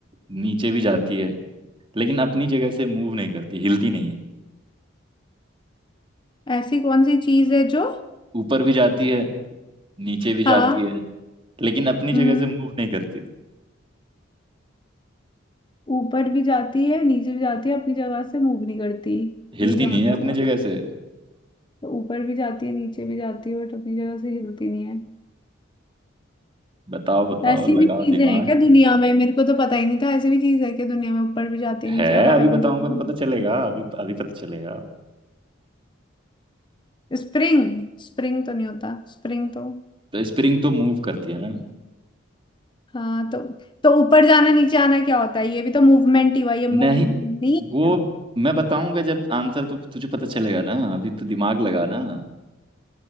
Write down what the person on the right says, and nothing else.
नीचे भी जाती है लेकिन अपनी जगह से मूव नहीं करती हिलती नहीं है
ऊपर भी जाती है नीचे भी जाती
है लेकिन अपनी जगह
से मूव नहीं करती
हिलती
नहीं
है अपने
जगह से
बताओ बताओ
लगाओ
दिमाग
है
अभी बताऊंगा
तो पता चलेगा अभी अभी पता चलेगा
तो स्प्रिंग तो मूव करती है ना
नहीं
वो मैं बताऊंगा जब आंसर तो तुझे पता चलेगा ना अभी तो दिमाग लगा ना